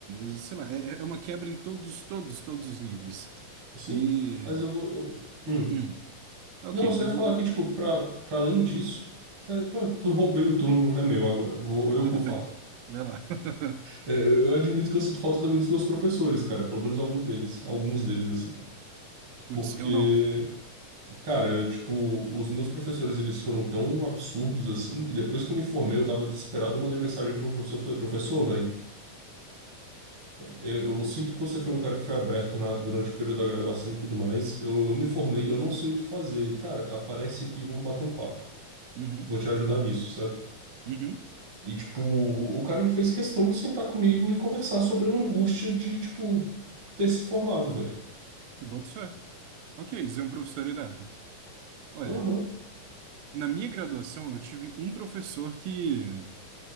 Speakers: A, on the right (about 85°); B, on the right (about 45°).
A: sei lá, é, é uma quebra em todos, todos, todos os níveis.
B: Sim.
A: E,
B: Mas eu vou. eu- hum.
A: hum, ok,
B: Não, você
A: eu
B: ia falar
A: vou,
B: que, tipo, pra, pra além disso. é, pô, eu roubei o turno, é meu agora. Vou, eu
A: tudo
B: vou falar.
A: bem, vai lá. <laughs>
B: É, eu admito que eu sinto falta também dos meus professores, cara. Pelo menos algum deles. Alguns deles, assim.
A: Putz,
B: Porque.
A: eu não.
B: Cara, tipo, os meus professores, eles foram tão absurdos assim, que depois que eu me formei, eu tava desesperado, eu mandei mensagem para um professor, falei, professor, velho, eu, eu sinto que você foi um cara que foi aberto na- durante o período da graduação e tudo mais, eu, eu me formei, eu não sei o que fazer, ele, cara, aparece aqui, vamos bater um papo,
A: Uhum,
B: vou te ajudar nisso, sabe?
A: uhum,
B: E, tipo, o o cara, ele fez questão de sentar comigo e conversar sobre a angústia de, tipo, ter se formado, velho.
A: eu boto fé. Ok, isso é um professor irado. Olha,
B: Aham,
A: na minha graduação eu tive um professor que